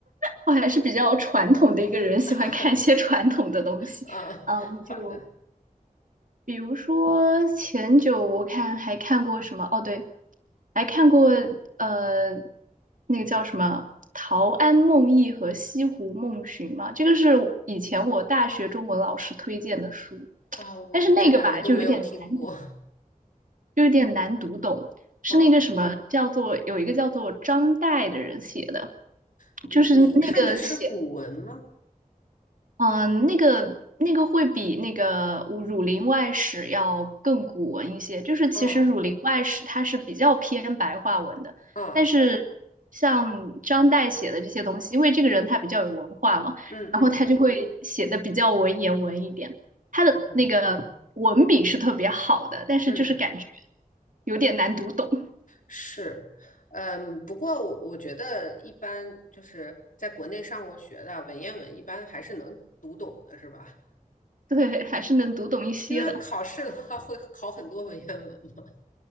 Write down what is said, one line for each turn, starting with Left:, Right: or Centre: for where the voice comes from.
Right: 我还是比较传统的一个人，喜欢看一些传统的东西。
Left: <laughs> 啊，
Right: 嗯，
Left: 好的。
Right: 就比如说前久我看还看过什么？哦，对，还看过呃，那个叫什么《陶庵梦忆》和《西湖梦寻》嘛。这个是以前我大学中文老师推荐的书，
Left: 啊，我我这两个都没有听过。
Right: 但是那个吧就有点难。就有点难读懂，是那个什么哦叫做有一个叫做张岱的人写的，
Left: 哦，你你看的是古文吗？
Right: 就是那个写，嗯、那个那个会比那个《儒儒林外史》要更古文一些。就是其实《儒林外史》它是比较偏白话文的，
Left: 啊啊，
Right: 但是像张岱写的这些东西，因为这个人他比较有文化嘛，
Left: 嗯嗯
Right: 然后他就会写的比较文言文一点。他的那个文笔是特别好的，
Left: 嗯
Right: 但是就是感觉
Left: 嗯，
Right: 有点难读懂。
Left: 是。嗯，不过我我觉得一般就是在国内上过学的文言文，一般还是能读懂的，是吧？
Right: 对，还是能读懂一些的。
Left: 因为考试的话会考很多文言文嘛。